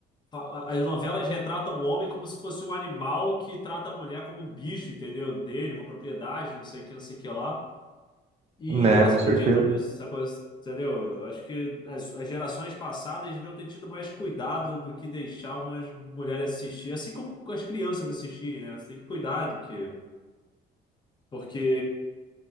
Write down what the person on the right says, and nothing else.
Né,
com
certeza.